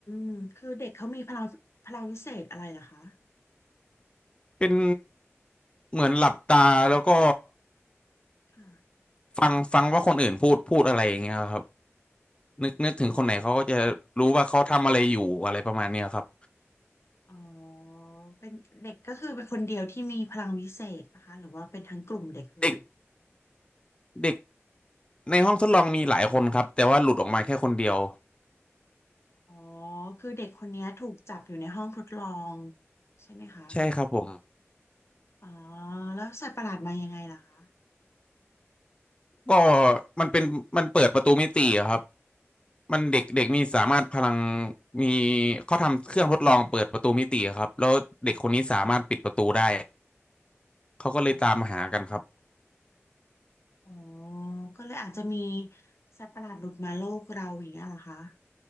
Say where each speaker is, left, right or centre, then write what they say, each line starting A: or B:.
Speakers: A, on the left; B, on the left.
A: มคือเด็กเขามีพลังพลังวิเศษอะไรล่ะคะ
B: เป็นเหมือนหลับตาแล้วก็
A: ค่ะ
B: ฟังฟังว่าคนอื่นพูดพูดอะไรอย่างเงี้ยครับนึกนึกถึงคนไหนเขาก็จะรู้ว่าเขาทำอะไรอยู่อะไรประมาณเนี้ยครับ
A: อ๋อ อ๋อเป็นเด็กก็คือเป็นคนเดียวที่มีพลังวิเศษนะคะ หรือว่าเป็นทั้งกลุ่มเด็กเลย
B: เด็กเด็กในห้องทดลองมีหลายคนครับแต่ว่าหลุดออกมาแค่คนเดียว
A: อ๋อคือเด็กคนเนี้ยถูกจับอยู่ในห้องทดลองใช่ไหมคะ
B: ใช่ครับผม
A: อ๋อแล้วสัตว์ประหลาดมายังไงล่ะคะ
B: ก็มันเป็นมันเปิดประตูมิติอะครับมันเด็กเด็กมีสามารถพลังมีเขาทำเครื่องทดลองเปิดประตูมิติอะครับแล้วเด็กคนนี้สามารถปิดประตูได้
A: ค่ะ
B: เขาก็เลยตามหากันครับ
A: อ๋ออ๋อก็เลยอาจจะมีสัตว์ประหลาดหลุดมาโลกเราอย่างเงี้ยเหรอคะ